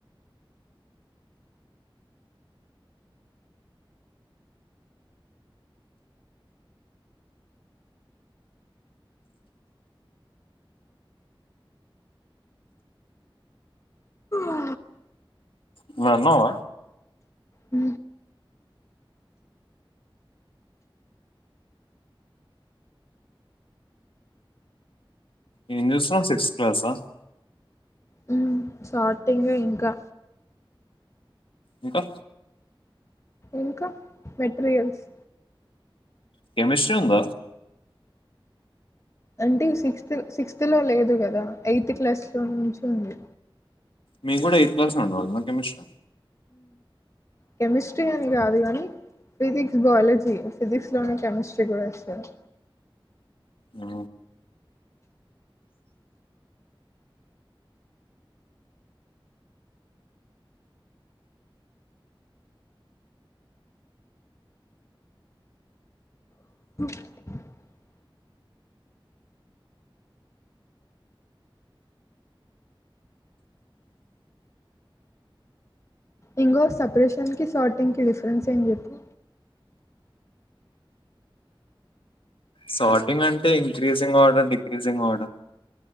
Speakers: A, on the left (about 35°); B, on the left (about 75°).
A: ఆ
B: నువ్వేన్నావా
A: అ
B: ఏం చూస్తున్నావ్ సిక్స్త్ క్లాసా
A: హు సట్ టింగ్ ఇంకా
B: ఇంకా
A: ఇంకా మెటీరియల్స్
B: కెమిస్ట్రీ ఉంద
A: అంటే సిక్స్త్ సిక్స్త్ లో లేదు కదా ఎయిత్ క్లాస్లో నుంచి ఉంది
B: మీరు కూడా ఎయిత్ క్లాస్ లో ఉండెవల్ల కెమిస్ట్రీ
A: కెమిస్ట్రీ కాదు కానీ ఫిజిక్స్ బయాలజీ ఫిజిక్స్ లోనే కెమిస్ట్రీ కూడా ఇస్తారు
B: ఆ
A: <unintelligible> ఇంకో సపరేషన్ కి షార్టింగ్కి డిఫరెన్స్ ఏం చెప్పు
B: సోర్టింగ్ అంటే increasing order decreasing order